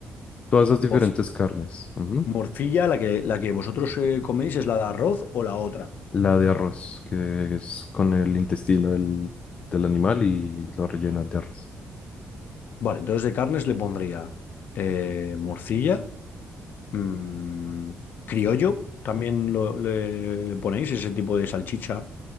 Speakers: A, on the left (about 35°); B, on the left (about 60°).
A: todas esas diferentes
B: Mor-
A: carnes. Ujú.
B: morcilla, la que, la que vosotros eh, coméis, ¿es la de arroz o la otra?
A: La de arroz, que es con el intestino del, del animal y lo rellenas de arroz.
B: Vale, entonces de carnes le pondría eh, morcilla, mm, criollo, también lo, le ponéis ese tipo de salchicha